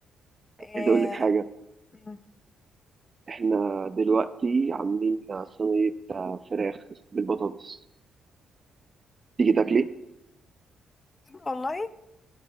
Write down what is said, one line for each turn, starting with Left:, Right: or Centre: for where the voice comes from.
Left: آه
Right: عايز اقول لك حاجه
Left: مم.
Right: احنا دلوقتي عاملين صينيه آه، فراخ بالبطاطس تيجي تاكلي
Left: والله